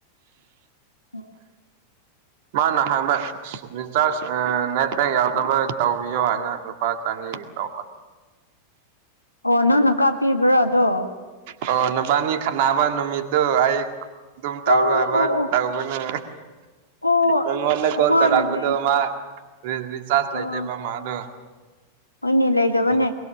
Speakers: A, on the left; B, on the right.
A: ꯍ
B: ꯃꯥꯅ ꯍꯥꯏꯕ ꯔꯤꯆꯥꯔꯖ ꯅꯦꯠꯕꯦꯡ ꯌꯥꯎꯗꯕ ꯇꯧꯕꯤꯌꯣ ꯍꯥꯏꯅ ꯄꯥ ꯆꯅꯤꯒꯤ ꯇ
A: ꯑꯣ ꯅꯪꯅ ꯀꯥꯞꯄꯤꯕ꯭ꯔꯣ ꯑꯗꯣ
B: ꯑꯣ ꯅꯨꯕꯥꯅꯤ ꯈꯟꯅꯅꯕ ꯅꯨꯃꯤꯠꯇꯨ ꯑꯩ ꯑꯗꯨꯝ ꯇꯧꯔꯨꯕ
A: ꯑꯣ ꯑꯣ ꯑꯣ
B: ꯇꯧꯕꯅꯦ
A: ꯑꯣ
B: ꯅꯪꯉꯣꯟꯗ
A: ꯑꯃꯅꯅꯦ
B: ꯀꯣꯜ ꯇꯧꯔꯛꯕꯗꯣ ꯃꯥ ꯔꯤꯆꯥꯔꯖ
A: ꯑꯣ
B: ꯂꯩꯇꯦꯕ ꯃꯥꯗꯣ
A: ꯍꯣꯏꯅꯦ ꯂꯩꯗꯕꯅꯦ
B: ꯑꯩꯅ